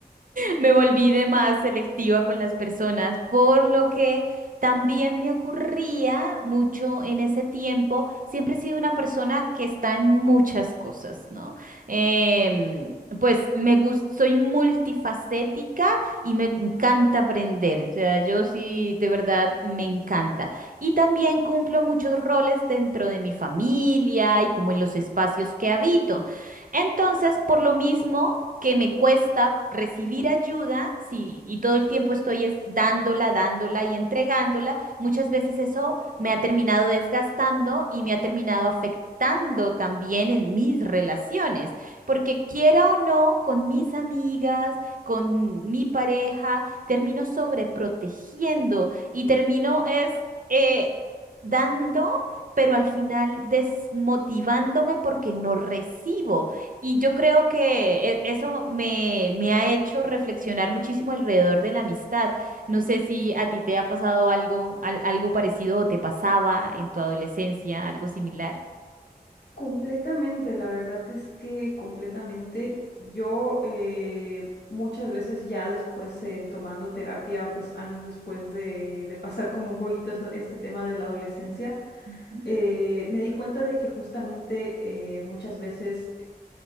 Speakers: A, on the right; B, on the left.
A: Me volví de más selectiva con las personas, por lo que también me ocurría mucho en ese tiempo. Siempre he sido una persona que está en muchas cosas, ¿no? Em, pues me gusta, soy multifacética y me encanta aprender. O sea, yo sí, de verdad, me encanta. Y también cumplo muchos roles dentro de mi familia y como en los espacios que habito. Entonces, por lo mismo que me cuesta recibir ayuda, sí, y todo el tiempo estoy es dándola, dándola y entregándola, muchas veces eso me ha terminado desgastando y me ha terminado afectando también en mis relaciones, porque quiera o no, con mis amigas, con mi pareja, termino sobreprotegiendo y termino es eh, dando, pero al final desmotivándome porque no recibo. Y yo creo que e- eso me, me ha hecho reflexionar muchísimo alrededor de la amistad. No sé si a ti te ha pasado algo, al- algo parecido o te pasaba en tu adolescencia, algo similar.
B: Completamente, la verdad es que completamente yo eh, muchas veces ya después eh, tomando terapia, pues años después de, de pasar como un poquito esa- este tema de la adolescencia,
A: Ujú,
B: eh, me di cuenta de que justamente eh, muchas veces